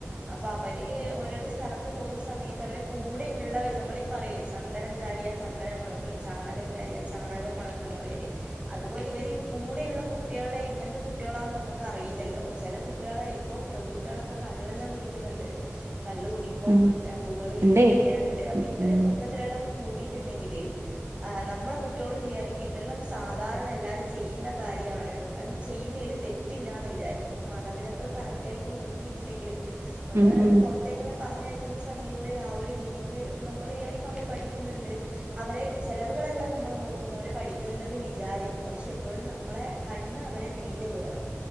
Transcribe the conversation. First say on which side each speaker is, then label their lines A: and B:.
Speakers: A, on the right (about 25°); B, on the right (about 65°).
A: അപ്പൊ അവര് ഓരോരോ സ്ഥലത്ത് പോകുന്ന സമയത്ത് അവരെ കൂടെയുള്ളവര് നമ്മളീ പറയിലേ ചന്ദനം ചാരിയ ചന്ദനം മണക്കും ചാണകം ചാരിയ ചാണകം മണക്കുന്ന് പറയില്ലേ അതുപോലെ ഇവര് കൂടെയുള്ള കുട്ടേളെ എങ്ങനത്തെ കുട്ടികളാന്ന് നമുക്ക് അറിയില്ലല്ലോ ചെല കുട്ടികളെ ഇപ്പൊ പെൺകുട്ടികളൊക്കെ കള്ളെല്ലാം കുടിക്കുന്നുണ്ട്. കള്ള് കുടിക്കും
B: ഉം
A: പുകവലിക്കുന്ന
B: ഉണ്ടേ
A: കുട്ടികളുണ്ട് അപ്പൊ ഇവരെ
B: ഉം
A: കു ട്ടത്തിലെല്ലാം കൂടിയിട്ടുണ്ടെങ്കില് ആഹ് നമ്മളെ കുട്ടികളും വിചാരിക്കും ഇതെല്ലാം സാധാരണ എല്ലാരും ചെയ്യുന്ന കാര്യാണ്. അതൊന്നും ചെയ്യുന്നയില് തെറ്റില്ലാന്ന് വിചാരിക്കും മാതാപിതാക്കൾ കറക്റ്റായിട്ട് നോക്കിയിട്ടില്ലെങ്കില് നമ്മള്
B: ഉം ഉം
A: പൊറത്തേക്കെല്ലാം പറഞ്ഞയക്കുന്ന സമയത്ത് ആ ഒരു രീതിക്ക് നമ്മള് വിചാരി ഇപ്പൊ അവർ പഠിക്കുന്നുണ്ട്. അവരെ ചെലവുകളെല്ലാം നമ്മള് നോക്കും അവര് പഠിക്കുന്നുണ്ടന്ന് വിചാരിക്കും പക്ഷെ എപ്പോഴും നമ്മളെ കണ്ണ് അവരെ മേലില് വേണം